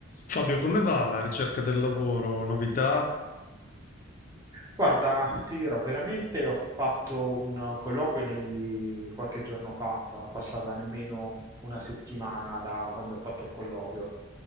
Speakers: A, on the left; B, on the right.
A: Fabio, come va la ricerca del lavoro? Novità?
B: Guarda, ti dirò, veramente ho fatto un colloquio nei- qualche giorno fa, sarà passata nemmeno una settimana da quando ho fatto il colloquio